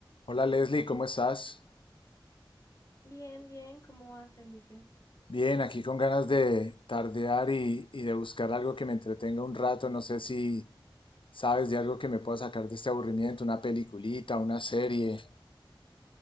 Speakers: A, on the left (about 80°); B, on the left (about 40°).
A: Hola Leslie, ¿cómo estás?
B: Bien, bien, ¿cómo vas, Felipe?
A: Bien, aquí con ganas de tardear y, y de buscar algo que me entretenga un rato. No sé si sabes de algo que me pueda sacar de este aburrimiento, una peliculita, una serie.